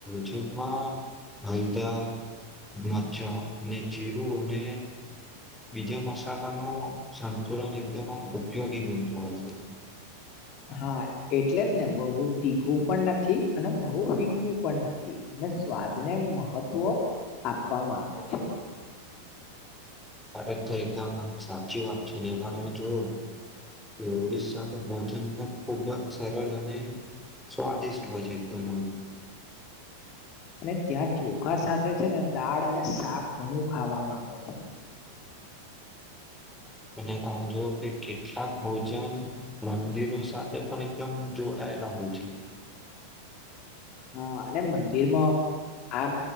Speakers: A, in the centre; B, on the left.
A: છે મા ભાઈદાર મજા ને જીરું અને બીજા મસાલામાં સાંતુલન એકદમ ઉપયોગી બનતું હોય છે.
B: હા, એટલે જ ને બહુ તીખું પણ નથી અને બહુ ફીકવું પણ નથી. સ્વાદ ને મહત્વ આપવામાં આવે છે.
A: અરેક તો એકદમ સાચી વાત છે, ને એમાં તમે જોયું એ ઓડિસ્શસા ન ભોજન પણ ખુબ જ સરળ અને સ્વાદિષ્ટ હોય છે. એકદમ
B: અને ત્યાં ચોખા સાથે છે ને દાળ અને શાક ઘણું ખાવામાં આવે છે.
A: <inaudible> અને તમે જોુ કે કેટલાક ભોજન મંદિરો સાથે પણ એકદમ જોડાય લા છે.
B: હા, અને મંદિરમાં આ